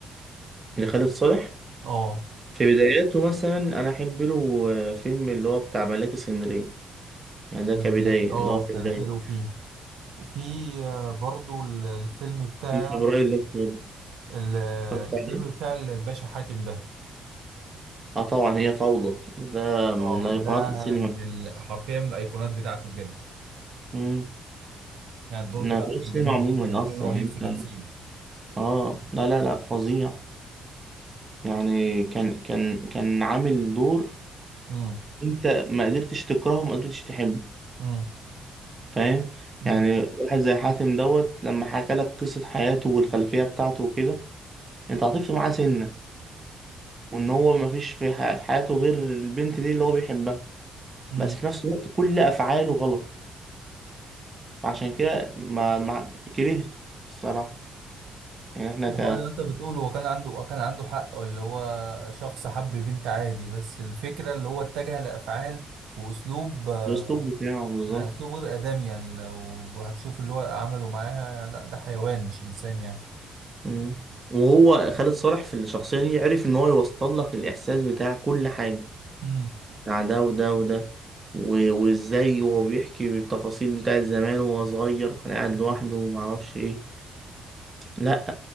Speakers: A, on the right; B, on the right.
A: اللي خالد صالح
B: اه
A: في بداياته مثلا انا احب له فيلم اللي هو بتاع ملاك اسكندرية يعني ده
B: ملاكي
A: كبداية
B: اه
A: اللي هو في
B: كان
A: بداية
B: حلو فيه وفي آه، برضو ال- الفيلم بتاع
A: في فبراير اللي فات
B: ال-
A: اتفرجت
B: الفيلم
A: عليه
B: بتاع الباشا حاتم ده
A: اه طبعا هي فوضى ده من
B: اه
A: ايقونات
B: ده
A: السينما
B: من ال- حرفيا من الايقونات بتاعته بجد
A: امم
B: يعني الدور
A: من ايقونات
B: بتاعه
A: السينما
B: كان جميل
A: عموما
B: جدا يعني وكان
A: اصلا
B: رهيب
A: يعني انت
B: في تمثيله
A: اه لا لا لا فظيع يعني كان كان كان عامل دور
B: امم
A: انت ما قدرتش تكرهه وما قدرتش تحبه
B: امم
A: فاهم
B: امم
A: يعني واحد زي حاتم دوت لما حكى لك قصة حياته والخلفية بتاعته وكده انت عاطفت معاه سنة وان هو ما فيش في ح- في حياته غير البنت دي اللي هو بيحبها
B: امم
A: بس في نفس الوقت كل افعاله غلط فعشان كده ما ما كرهته الصراحة يعني احنا ك
B: هو ده انت بتقول هو كان عنده كان عنده حق اللي هو شخص حب بنت عادي بس الفكرة اللي هو اتجه لأفعال وأسلوب آه،
A: الاسلوب بتاعه بالظبط
B: يعني أسلوب غير آدمي يعني لو هتشوف اللي هو عمله معاها يعني لا ده حيوان مش إنسان يعني
A: مم. وهو خالد صالح في الشخصية دي عرف إن هو يوصل لك الإحساس بتاع كل حاجة
B: امم
A: بتاع ده وده وده و- وإزاي وهو بيحكي التفاصيل بتاعت زمان وهو صغير وكان قاعد
B: امم
A: لوحده ومعرفش إيه لأ